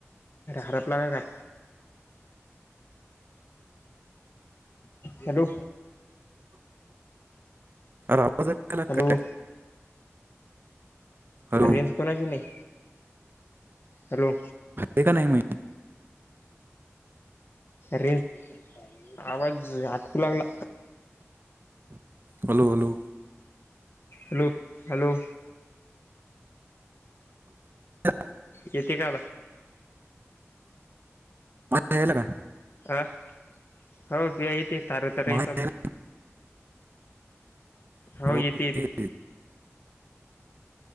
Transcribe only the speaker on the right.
अमदारीला
का हॅलो
हे का नाही माहि
हॅलो हॅलो
ह
हेल का
माझ्या
यायला का?
ते